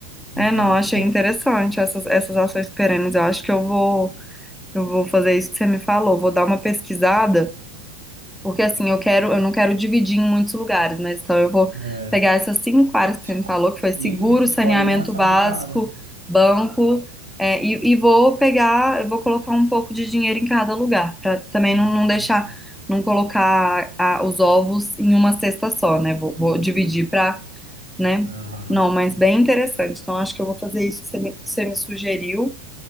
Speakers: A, on the right (about 70°); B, in the centre.
A: Então,
B: É, não,
A: se-
B: achei
A: é,
B: interessante essas, essas ações perenes. Eu acho que eu vou, eu vou fazer isso que você me falou. Vou dar uma pesquisada. Porque assim, eu quero, eu não quero dividir em muitos lugares, mas então eu vou
A: é,
B: pegar essas cinco áreas que
A: esco-
B: você me falou, que foi seguro,
A: isso, escolhe
B: saneamento
A: uma ação
B: básico,
A: de cada.
B: banco, é, e, e vou pegar, eu vou colocar um pouco de dinheiro em cada lugar, para também
A: Isso,
B: não, não deixar, não colocar a- os ovos em uma cesta só, né? Vou,
A: isso.
B: vou dividir para, né?
A: Aham.
B: Não, mas bem interessante. Então acho que eu vou fazer isso que você me, que você me sugeriu